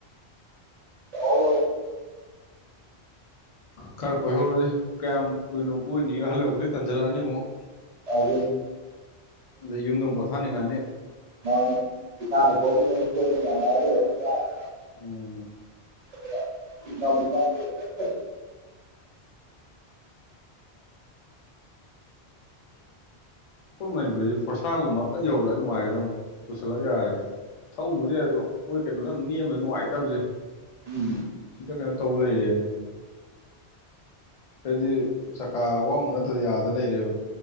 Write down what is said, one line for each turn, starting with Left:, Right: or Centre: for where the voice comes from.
Right: <unintelligible>
Left: ꯈꯔ ꯀꯣꯏꯍꯧꯔꯁꯤ ꯀꯌꯥꯝ ꯀꯨꯏꯅꯣ ꯀꯣꯏꯏꯅꯤ ꯑꯍꯜ ꯑꯣꯏꯛꯇꯗꯤ ꯇꯟꯖꯜꯂꯛꯑꯅꯤ ꯑꯃꯨꯛ
Right: <unintelligible>
Left: ꯑꯗꯩ ꯌꯨꯝꯗ ꯑꯃꯨꯛ ꯄꯣꯊꯥꯅꯤꯡꯉꯛꯑꯅꯤ
Right: ꯃꯥꯅꯤ ꯏꯁꯥꯅ ꯀꯣꯏꯅꯤꯡꯉꯁꯨ ꯀꯣꯏꯕ ꯉꯃꯔꫭꯏ ꯍꯛꯆꯥꯡꯁꯤꯅ
Left: ꯎꯝ
Right: <unintelligible>
Left: ꯑꯩꯈꯣꯏ ꯃꯅꯤꯄꯨꯔꯁꯦ ꯐꯣꯔꯁꯥꯒꯨꯝꯕ ꯑꯝꯇꯪ ꯌꯧꯔꯛꯑꯒ ꯅꯨꯡꯉꯥꯏꯒꯗ ꯑꯗꯨꯝ ꯄꯨꯁꯜꯂꯛ ꯌꯥꯔ ꯊꯧꯕꯨꯗꯤ ꯌꯥꯏ ꯑꯗꯣ ꯃꯣꯏ ꯀꯩꯅꯣꯗꯪ ꯅꯦꯝꯕꯗ ꯅꯨꯡꯉꯥꯏꯇꯕꯁꯦ
Right: ꯎꯝ
Left: ꯗ ꯀꯩꯅꯣ ꯇꯧꯕ ꯂꯩꯔꯦꯅꯦ ꯍꯥꯏꯗꯤ ꯆꯀꯥ ꯑꯋꯥꯡꯕ ꯅꯠꯇ꯭ꯔ ꯌꯥꯗꯅ ꯂꯩꯔꯦꯕ